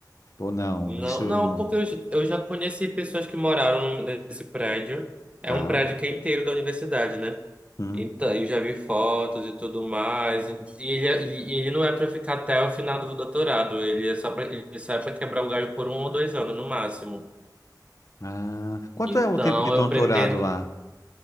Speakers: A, on the left; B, on the right.
A: ou não?
B: Não,
A: Isso eu
B: não,
A: não.
B: porque eu, eu já conheci pessoas que moraram nesse prédio. É
A: Tá.
B: um prédio que é inteiro da universidade, né?
A: Uhum.
B: Então, eu já vi fotos e tudo mais. E ele, ele, ele não é para ficar até o final do doutorado. Ele é só pra, ele só é para quebrar o galho por um ou dois anos no máximo.
A: Ah, quanto
B: Então,
A: é o tempo de doutorado
B: eu pretendo.
A: lá?